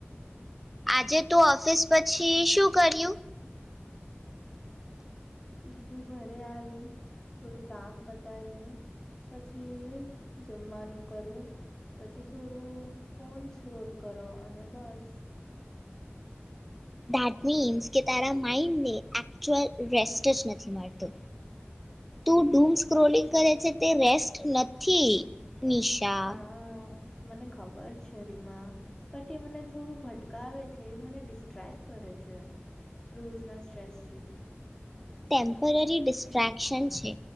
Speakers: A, in the centre; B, on the left.
A: આજે તું ઓફિસ પછી શું કર્યું?
B: સીધું ઘરે આવી થોડું કામ પતાયું, પછી જમવાનું કર્યું, પછી થોડું ફોનસ રોલ કરો અને બસ.
A: ધેટ મીન્સ કે તારા માન્ડને એક્યુઅલ રેસ્ટ જ નથી મળતો તું ડૂમ સ્ક્રોલિંગ કરે છે તે રેસ્ટ નથી. નિશા.
B: હા મને ખબર છે, રીમા બટ એ મને થોડું ભટકાવે છે એ મને ડિસ્ટ્રેક કરે છે. રોજના સ્ટ્રેસથી.
A: ટેમ્પરરી ડિસ્ટ્રક્શન છે